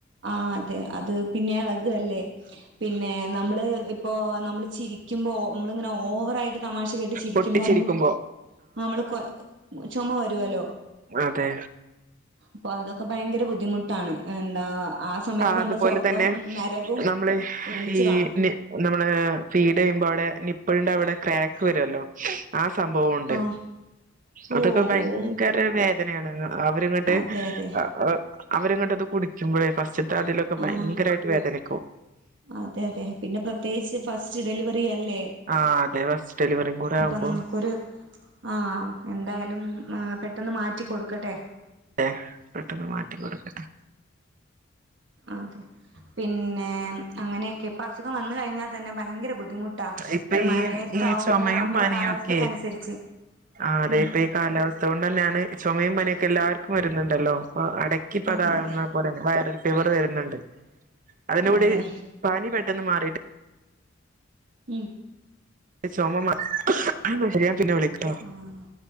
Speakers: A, on the right; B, on the right.
A: ആഹ് അതെ അത് പിന്നെ ഇളക് അല്ലേ പിന്നെ നമ്മള് ഇപ്പോ നമ്മൾ ചിരി ക്കുമ്പോ ഓ മ്മളിങ്ങനെ ഓവറായിട്ട് തമാശ കെട്ടി ചിരിക്കുമ്പോ
B: പൊട്ടിച്ചിരിക്കുമ്പോ
A: മ്മക്ക് ആഹ് നമ്മള് കൊ ചുമ വരുവല്ലോ
B: അതെ
A: പ്പോ അതൊക്കെ ഭയങ്കര ബുദ്ധിമുട്ടാണ് എന്താ ആഹ് സമയത്ത്
B: ആ
A: നമ്മള്
B: അതുപോലെ
A: സ്വർഗം
B: തന്നെ
A: നരകവും
B: നമ്മള്
A: ഒരുമിച്ച്
B: ഈ
A: കാണും
B: നി നമ്മള് ഫീഡയ്യുമ്പോ അവിടെ നിപ്പളിന്റെ അവിടെ ക്രാക്ക് വരോല്ലോ ആഹ് സംഭവുണ്ട്
A: <inaudible>
B: അതൊക്കെ ഭയങ്കര
A: ഓ
B: വേദനയാണ് അവരിങ്ങട്ട്
A: അതെ അതെ
B: അഹ് അവരങ്ങോട്ട് അത് കുടിക്കുമ്പോഴേ ഫസ്റ്റത്തെ അതിലൊക്കെ ഭയങ്കരായിട്ട്
A: ആഹ്
B: വേദനയ്ക്കും
A: അതെ അതെ പിന്നെ പ്രത്യേകിച്ച് ഫസ്റ്റ് ഡെലിവറി അല്ലേ
B: ആഹ് അതെെ ഫസ്റ്റ് ഡെലിവറികൂടെ
A: അപ്പൊ
B: ആക്കുമ്പോ
A: നമുക്കൊരു ആഹ് എന്തായാലും മാ പെട്ടെന്ന് മാറ്റി കൊടുക്കട്ടെ
B: ഏഹ് പെട്ടെന്ന് മാറ്റി കൊടുക്കട്ടെ
A: അതെ പിന്നെ അങ്ങനെയക്കെ ഇപ്പ അസുഖം വന്ന്കഴിഞ്ഞാൽ തന്നെ ഭയങ്കര ബുദ്ധിമു ട്ടാ
B: ഇപ്പൊ
A: ഈ മഴയത്താവുമ്പോ
B: ഈ ചുമയും
A: നമ്മടെ
B: പനിയൊക്കെ
A: കാലാവസ്ഥക്ക് അനുസരിച്ച്
B: ആ അതെ
A: ഉം
B: ഇപ്പൊ ഈ കാലാവസ്ഥ കൊണ്ട് തന്നെയാണ് ചുമയും പനിയെക്കെ എല്ലാവർക്കും വരുന്നുണ്ടല്ലോ പോ അട ഇക്കിപ്പത
A: അതെ അതെ
B: ഉമ്മെ പോലെന്നെ വൈറൽ ഫീവർ വരുന്നുണ്ട് അതിനുകൂടി
A: അതെ
B: പനി പെട്ടെന്ന് മാറിയിട്ട്
A: ഉം
B: ചോമ മാ എന്നാ ശരിയെ പിന്നെ വിളിക്കട്ടോ
A: ആഹ്